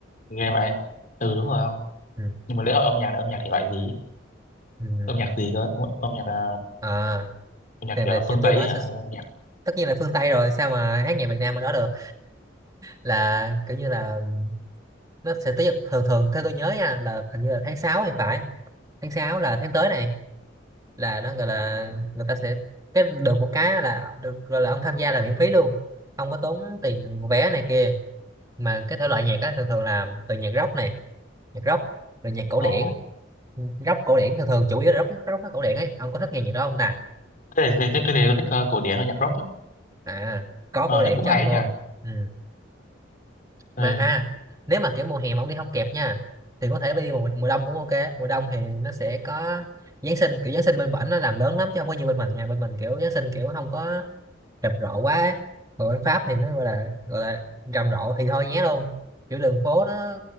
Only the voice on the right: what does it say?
ừ.
Ừ.
À,
thì
về chị
tôi
nói
sẽ-
tất nhiên là phương Tây rồi sao mà hát nhạc Việt Nam mà đó được là kiểu như là nó sẽ tới thường thường theo tôi nhớ nha là hình như là tháng 6 thì phải tháng sáu là tháng tới này là nó gọi là người ta sẽ cái được một cái là được gọi là ông tham gia là miễn phí luôn không có tốn tiền vé này kia mà cái thể loại nhạc á thường thường là từ nhạc rock này nhạc rock rồi nhạc cổ
điển rock cổ điển thường thường chủ yếu là rock rock cổ điển ấy ông có thích nghe nhạc đó không ta
à có
cổ điển
cho
ông
luôn
ừ.
mà à nếu mà kiểu mùa hè mà ông đi không kịp nha thì có thể đi mùa, mùa đông cũng ok mùa đông thì nó sẽ có Giáng sinh kiểu Giáng sinh bên bển nó làm lớn lắm chứ không có như bên mình nha bên mình kiểu Giáng sinh kiểu không có rầm rộ quá ấy. còn bên Pháp thì nó gọi là gọi là rầm rộ thì thôi nhé luôn kiểu đường phố nó